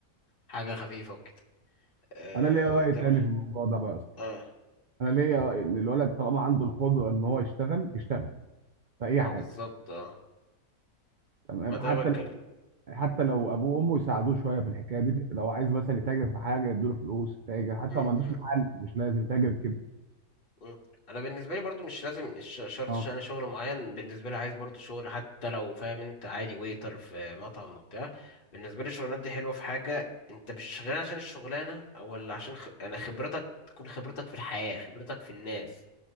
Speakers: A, on the left; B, on the right.
A: حاجه خفيفه وكده آه،
B: انا ليا راي
A: ضرب
B: تاني في الموضوع ده بقى يا اسطى
A: اه
B: انا ليا راي ان الولد طالما عنده القدره ان هو يشتغل يشتغل في اي
A: ما
B: حاجه
A: بالظبط اه
B: تمام
A: ما ده
B: حتى
A: بتكلم
B: لو حتى
A: م-
B: لو ابوه وامه يساعدوه شويه في الحكايه دي لو عايز مثلا يتاجر في حاجه يدوا له فلوس يتاجر حتى
A: م-
B: لو ما عندوش
A: م-
B: محل مش لازم يتاجر كده
A: م. انا بالنسبه لي برضو مش لازم مش شرط
B: اه
A: ش- انا شغل معين بالنسبه لي عايز برضو شغل حتى لو فاهم انت عادي ويتر في مطعم وبتاع بالنسبه لي الشغلانات دي حلوه في حاجه انت مش شغال عشان الشغلانه او ولا عشان خ... انا خبرتك تكون خبرتك في الحياه خبرتك في الناس